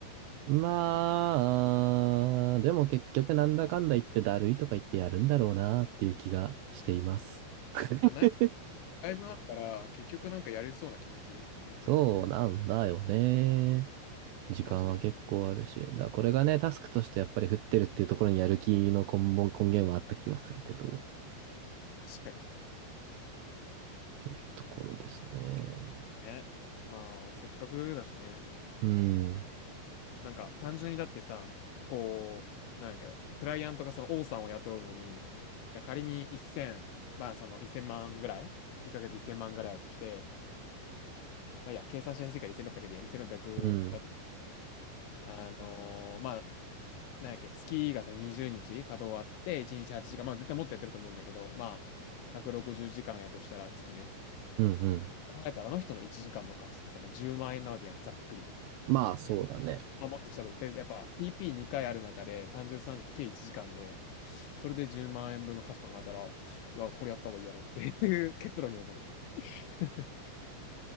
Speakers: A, on the right (about 80°); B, on the left (about 80°).
A: まあ、
B: うん
A: でも結局なんだかんだ言ってだるいとか言ってやるんだろうなっていう気がしています。<laughs>
B: まあ、ない、だいぶあるから、結局なんかやれそうな気もする。うん。
A: そうなんだよね。時間は結構あるし。
B: マジで。
A: だからこれがね、タスクとしてやっぱり振ってるっていうところにやる気の根本、根源はあった気はするけど。っ
B: 確かに。
A: ていうところですね。
B: ね、まあ、せっかくだしね。
A: うん。
B: なんか、単純にだってさ、こう、なんか、クライアントがその王さんを雇うのに、じゃあ仮に1000、まあ、その1000万ぐらい ?1 ヶ月1000万ぐらいだとして、まあ、いいや、計算しやすいから1600でいいや、1600だと、
A: うん。
B: あのーまあ、なんやっけ、月がさ、20日稼働あって、1日8時間、まあ、絶対もっとやってると思うんだけど、まあ、160時間やとしたら月ね。
A: うんうん。
B: 考えたら、あの人の1時間の価値ってさ、まあ、10万円なわけやん、ざっくり。
A: まあ、そうだね。
B: まあ、もっとしたぶで、やっぱ TP2 回ある中で30、30、さんじゅう計1時間で、それで10万円分の価値考えたら、いや、これやった方がいいやろっていう結論にはなった。<laughs>